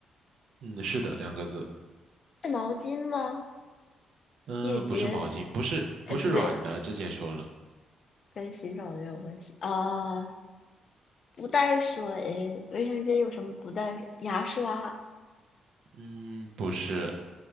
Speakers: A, on the right; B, on the left.
A: 嗯，是的，两个字。
B: 是毛巾吗？
A: 嗯，
B: 浴巾？
A: 不是毛巾，不是不是软的，
B: 哎，不对，
A: 之前说了，
B: 跟洗澡没有关系啊。不带水，卫生间有什么不带水牙刷，
A: 嗯，不是